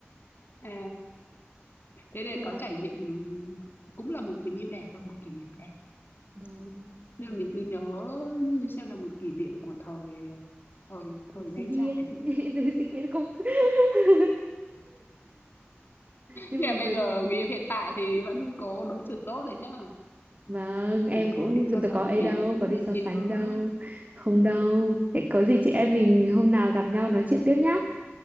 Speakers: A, on the left; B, on the right.
A: À, thế nên
B: <laughs> nên
A: có
B: là
A: trải nghiệm ừm, cũng là một tình yêu đẹp và một kỷ niệm đẹp,
B: vâng
A: đúng không? Nên
B: đấy
A: là mình cứ nhớ như xem là một kỷ niệm của thời thời thời
B: thì sinh
A: ngây
B: viên
A: dại đi.
B: <laughs> thì sinh viên không <laughs> nhưng
A: Nhưng mà bây
B: mà tôi-
A: giờ người yêu hiện tại thì vẫn có đối xử tốt đấy nhá.
B: vâng em
A: Đừng có
B: cũng
A: đi so
B: tôi
A: sánh
B: có
A: với
B: ấy
A: người
B: đâu
A: yêu cũ
B: có đi
A: này
B: so
A: kia
B: sánh
A: nữa.
B: đâu không đâu Thế có gì chị em mình hôm nào gặp nhau nói chuyện tiếp nhá